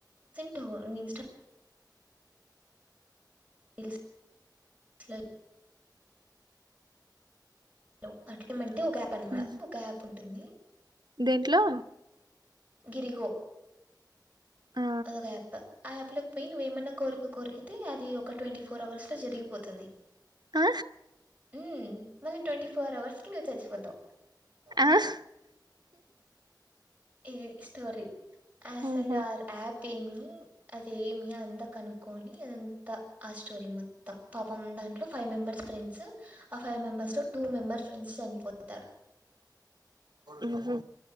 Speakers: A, on the right (about 20°); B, on the right (about 70°).
A: తో ఇష్ట ఇది నీ ఇష్టం హలో అట్ ఏమంటే ఒక యాప్ అనమాట
B: ఉహు
A: ఒక యాప్ ఉంటుంది
B: దేంట్లో
A: గిరిఓ
B: ఆ
A: అదొ ఒక ఆప్ ఆ అప్ లోకి పోయి నువ్వు వేమన్నా కోరిక కోరిక కోరితే అది ఒక ట్వంటీ ఫోర్ అవర్స్ లో జరిగిపోతుంది
B: ఆ
A: ఉ మళ్ళీ ట్వంటీ ఫోర్ అవర్స్ కి నువ్వు చచ్చిపోతావ్
B: ఆ హ
A: ఇది స్టోరి ఆసలు
B: ఓహో
A: ఆర్ యాప్ ఏమి అదేమి అదంతా కనుక్కొని అదంతా ఆ స్టోరీ మొత్తం పాపం దాంట్లో ఫైవ్ మెంబెర్స్ ఫ్రెండ్స్ ఆ ఫైవ్ మెంబర్స్ లో టూ మెంబర్ ఫ్రెండ్స్ చనిపోతారు
B: ఉ హు